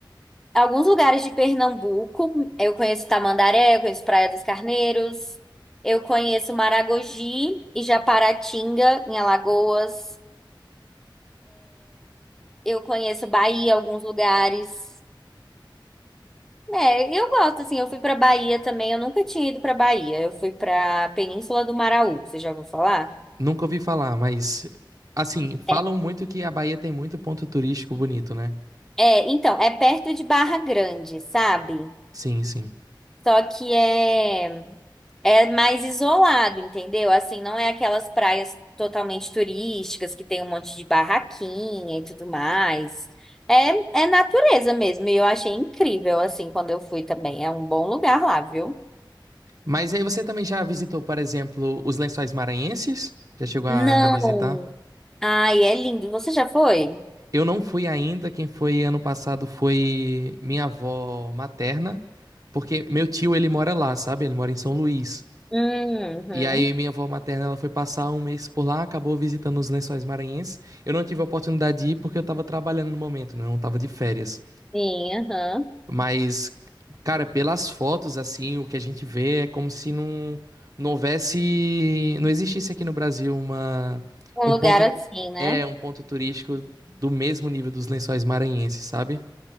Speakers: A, in the centre; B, on the right.
A: Alguns lugares de Pernambuco, eu conheço Tamandaré, eu conheço Praia dos Carneiros, eu conheço Maragogi e Japaratinga, em Alagoas. Eu conheço Bahia, alguns lugares. É, eu gosto, assim, eu fui pra Bahia também, eu nunca tinha ido pra Bahia. Eu fui pra Península do Maraú, você já ouviu falar?
B: Nunca ouvi falar, mas assim, falam
A: É,
B: muito que a Bahia tem muito ponto turístico bonito, né?
A: é, então, é perto de Barra Grande, sabe?
B: Sim, sim.
A: Só que é É mais isolado, entendeu? Assim, não é aquelas praias totalmente turísticas que tem um monte de barraquinha e tudo mais. É, é natureza mesmo. E eu achei incrível, assim, quando eu fui também. É um bom lugar lá, viu?
B: Mas aí você também já visitou, por exemplo, os Lençóis Maranhenses? Já chegou
A: Não.
B: a a visitar?
A: Ai, é lindo. Você já foi?
B: Eu não fui ainda, quem foi ano passado foi minha avó materna, porque meu tio ele mora lá, sabe? Ele mora em São Luís.
A: Uhum.
B: E aí minha avó materna ela foi passar um mês por lá, acabou visitando os Lençóis Maranhenses. Eu não tive a oportunidade de ir porque eu tava trabalhando no momento, né? Eu não tava de férias.
A: Sim, aham.
B: Mas, cara, pelas fotos assim, o que a gente vê é como se não não houvesse, não existisse aqui no Brasil uma
A: Um
B: um
A: lugar
B: ponto
A: assim, né?
B: é um ponto turístico do mesmo nível dos Lençóis Maranhenses, sabe?